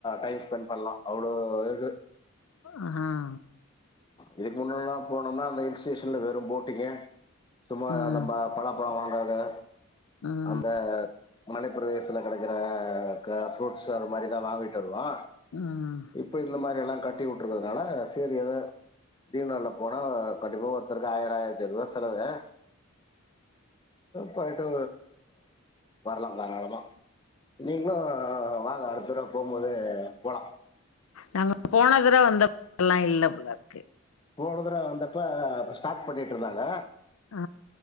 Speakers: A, on the left; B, on the left.
A: டைம் ஸ்பெண் பண்லா அவ்ளோ இருகு
B: ஆ
A: இதுக்கு முன்னன்னா போனம்னா அந்த ஹில் ஸ்டேஷன்ல வெறும் போட்டிங்கு சும்மா
B: ம்
A: அந்த ம பாலாப்பழ வாங்கறது
B: ம்
A: அந்த மலைப்பிரதேசத்துல கெடைக்கிற க ஃப்ரூட்ஸ் அது மாரிதா வாங்கிட்டு வருவோ
B: ம் ம்
A: இப்ப இந்த மாரி எல்லா கட்டி வுட்டுருக்கறதுனால சேரி எத லீவு நாள்ல போனா கண்டிப்பா ஒருத்தருக்கு ஆயர் ஆயர்த்தி ஐநூற்வா செலவு அ போய்ட்டு வரலாம் தாராளாமா நீங்ளு வாங்க அடுத்ததடவ போம்போது போலா
B: நாங்க போன தடவ வந்தப்பல்லா இல்லபோல இருக்கு
A: போன தடவ வந்தப்ப ஸ்டார்ட் பண்ணிட்டு இருந்தாங்க
B: ஆ